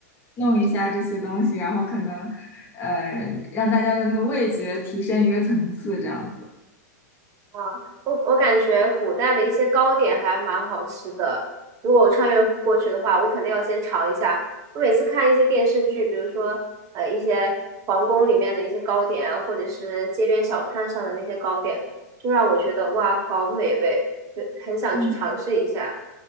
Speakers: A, on the left; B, on the right.
A: 弄一下这些东西，然后可能呃让大家的那个味觉提升一个层次，这样子。
B: 啊，我我感觉古代的一些糕点还蛮好吃的。如果我穿越过去的话，我肯定要先尝一下。我每次看一些电视剧，比如说呃一些皇宫里面的一些糕点啊，或者是街边小摊上的那些糕点，就让我觉得哇，好美味，就很想去尝试一下。
A: 嗯